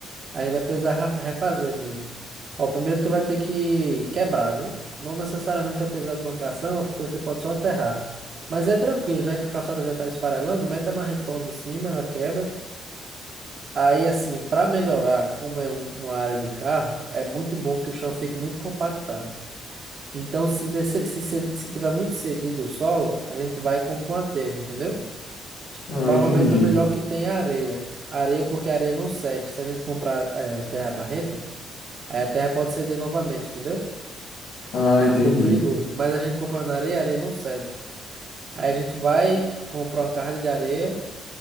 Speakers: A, on the right (about 35°); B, on the left (about 60°).
A: Aí vai precisar ra- refazer mesmo. Ó, primeiro tu vai ter que quebrar, né? Não necessariamente vai precisar de uma caçamba, porque você pode só aterrar. Mas é tranquilo, já que a calçada já está esfarelando, mete a marretona em cima, ela quebra. Aí, assim, para melhorar, como é um- uma área de carro, é muito bom que o chão fique muito compactado. Então, se, descer, se, se, se tiver muito cedido o solo, a gente vai e compra um aterro, entendeu?
B: Ah,
A: Provavelmente
B: entendi,
A: o melhor
B: cara.
A: que tem é a areia. Areia porque a areia não cede. Se a gente comprar eh, terra barrenta, aí a terra pode ceder novamente, entendeu?
B: Ah,
A: É
B: entendi.
A: um pouco perigoso. Mas a gente compra na areia, a areia não cede. Aí a gente vai, compra uma carga de areia